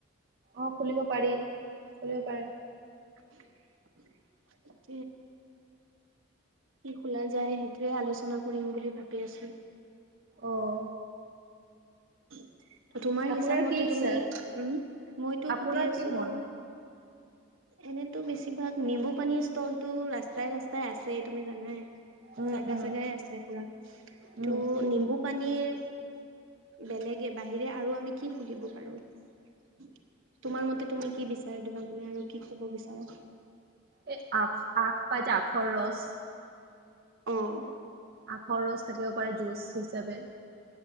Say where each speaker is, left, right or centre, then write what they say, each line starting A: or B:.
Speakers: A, on the right (about 45°); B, on the right (about 75°).
A: অহ, খুলিব পাৰি খুলিব পাৰে।
B: <unintelligible> কি খোলা যায় সেইটোয়ে আলোচনা কৰিম বুলি ভাবি আছো।
A: অহ।
B: <inaudible> তোমাৰ হিচাপ
A: আপোনাৰ
B: মতে
A: কি ইচ্ছা
B: তুমি, উম, মইতো
A: আপোনাৰ
B: ভাবি আছোঁ
A: কি মন
B: এনেতো বেছিভাগ নিম্বু পানীৰ ষ্টলতটো ৰাস্তাই ৰাস্তাই আছে তুমি জানাই।
A: উম
B: জাগা
A: উম
B: জাগাই আছে পুৰা। তু',
A: উম
B: নিম্বু পানীৰ বেলেগে বাহিৰে আৰু আমি কি খুলিব পাৰোঁ? তোমাৰ মতে তুমি কি বিচাৰ দিবা মানে আৰু কি কব বিচাৰা?
A: এই আখ‌ আক পাই যে আখৰ ৰচ
B: অ'।
A: আখৰ ৰচ থাকিব পাৰে জুচ হিচাপে।